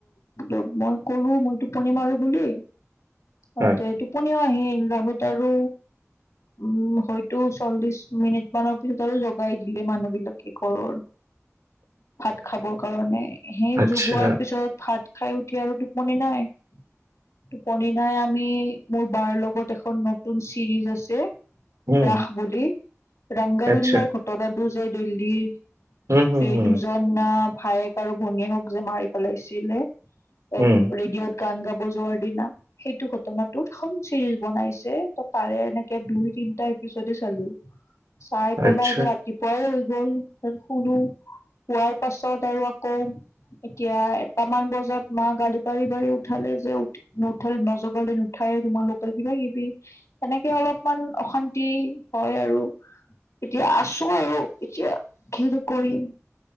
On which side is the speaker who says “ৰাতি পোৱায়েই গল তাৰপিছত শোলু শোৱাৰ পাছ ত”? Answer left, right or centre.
Left